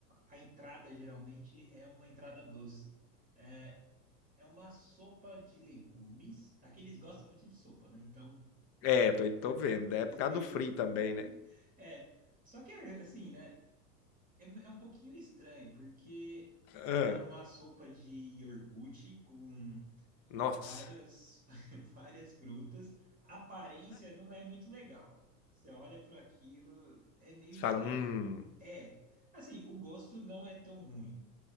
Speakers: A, on the right; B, on the left.
A: a entrada geralmente é uma entrada doce. É, é uma sopa de legumes, aqui eles gostam muito de sopa, né? Então,
B: É, tô tô vendo.
A: e-
B: É
A: eles
B: por causa
A: têm,
B: do frio
A: o-
B: também, né.
A: <laughs> é, só que é, assim, né? É, é um pouquinho estranho, porque
B: Hã.
A: ela é uma sopa de iogurte com
B: Nossa,
A: várias, <laughs> várias frutas. A aparência não é muito legal. Você olha para aquilo, é meio
B: você
A: estranho.
B: fala: "Hum,
A: É, assim, o gosto não é tão ruim.